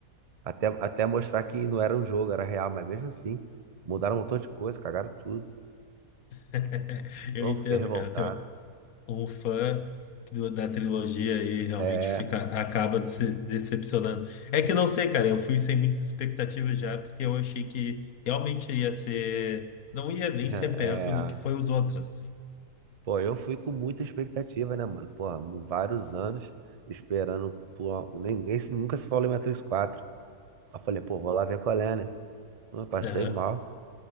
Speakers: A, on the right; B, on the left.
A: Até, até mostrar que não era um jogo, era real. Mas mesmo assim, mudaram um montão de coisa, cagaram tudo.
B: <laughs> Eu
A: Eu
B: entendo,
A: fiquei revoltado.
B: cara. Então, um fã do- da trilogia aí realmente
A: É,
B: fica, acaba se decepcionando. É que não sei, cara. Eu fui sem muitas expectativas já, porque eu achei que realmente ia ser. Não ia nem
A: né,
B: ser perto
A: é.
B: do que foi os outros, assim.
A: Pô, eu fui com muita expectativa, né, mano? Porra, mu- vários anos esperando. Por... Ninguém se- nunca se falou em Matrix quatro Aí eu falei, pô, vou lá ver qual é, né? Eu passei
B: Aham.
A: mal,